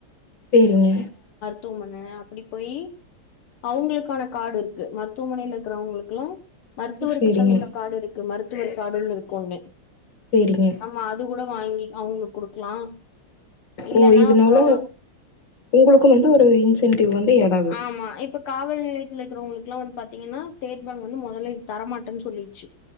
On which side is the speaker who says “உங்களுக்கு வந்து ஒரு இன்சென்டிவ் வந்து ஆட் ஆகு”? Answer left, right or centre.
Left